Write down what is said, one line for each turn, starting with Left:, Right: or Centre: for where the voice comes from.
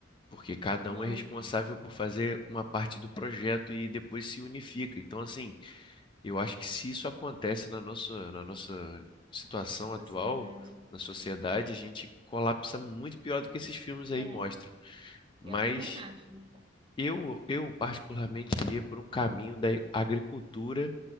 Left: porque cada
Right: Não,
Left: um é responsável por fazer uma parte do projeto e depois se unifica. Então, assim, Eu acho que se isso acontece na nossa, na nossa situação
Right: sociedade.
Left: atual, na sociedade, a gente colapsa muito pior do que esses filmes aí
Right: É,
Left: mostram. Mas
Right: eu também acho.
Left: eu, eu particularmente iria por um caminho da agricultura